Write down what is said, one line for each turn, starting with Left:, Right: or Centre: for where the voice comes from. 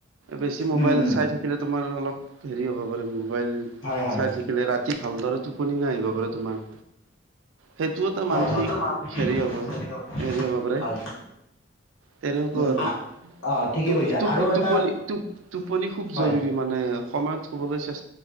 Right: বেছি মোবাইল
Left: উম উম
Right: চাই থা কিলে তোমাৰ, অলপ সেৰি হ'ব পাৰে, মোবাইল
Left: হয় হয়
Right: চাই থাকিলে, ৰাতি ভালদৰে টো টোপনি নাহিব পাৰে, তোমাৰ। সেইটো এটা
Left: হয়
Right: মানসিক,
Left: হয়
Right: সেৰি হ'ব, সেৰি হ'ব পাৰে।
Left: হয়
Right: তেনেকুৱা
Left: উম
Right: আৰু।
Left: আ অ ঠিকে
Right: টোপ,
Left: কৈছে
Right: টোপ,
Left: আৰু এটা
Right: টোপনি, টোপ, টোপনি খুব
Left: হয়
Right: জৰুৰী মানে সময়ত শুবলে চেছ